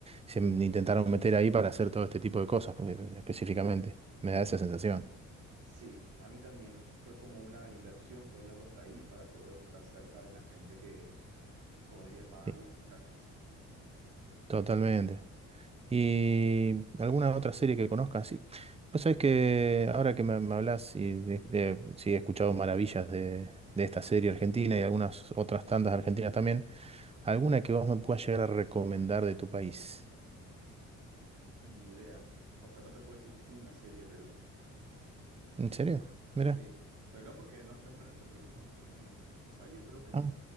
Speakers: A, on the right; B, on the right.
A: se m- intentaron meter ahí para hacer todo este tipo de cosas, porque- específicamente. Me da esa sensación.
B: Sí, a mí también fue como una inversión ponerlos ahí para poder estar cerca de la gente que podría pagar
A: Sí,
B: los rescates.
A: totalmente. ¿Y alguna otra serie que conozcas? Sí. Vos sabés que ahora que me, me hablas y de, de- sí, he escuchado maravillas de, de esta serie argentina y algunas otras tantas argentinas también, ¿alguna que vos me puedas llegar a recomendar de tu país?
B: Ni idea. O sea, no te puedo decir una serie, Perú.
A: ¿En serio? Mira,
B: Sí, pero no porque no sean buenas, sino porque no conozco ni una. O sea, yo creo que
A: Ah,